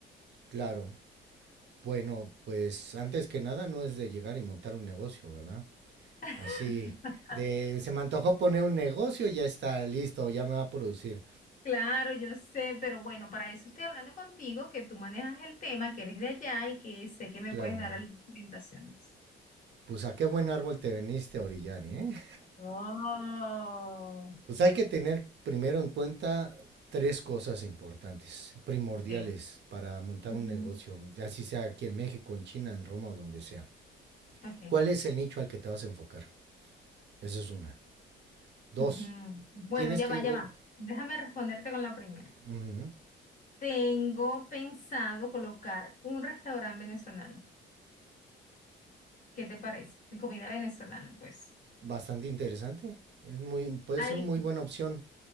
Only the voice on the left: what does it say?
<laughs>
Claro, yo sé, pero bueno, para eso estoy hablando contigo, que tú manejas el tema, que eres de allá y que sé que me
puedes dar algunas orientaciones.
Oh,
ok.
Ujú,
Ok.
ujú. Bueno,
ya
va,
ya va. Déjame responderte con la primera.
Tengo pensado colocar un restaurante venezolano. ¿Qué te parece? De comida venezolana, pues.
Hay,